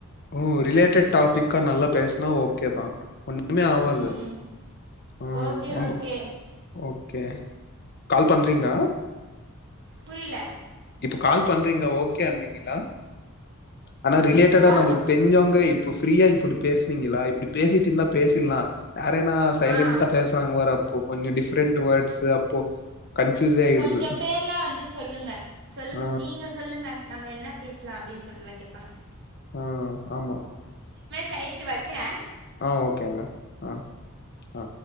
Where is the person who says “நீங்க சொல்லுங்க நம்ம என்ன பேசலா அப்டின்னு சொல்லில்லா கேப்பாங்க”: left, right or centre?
Right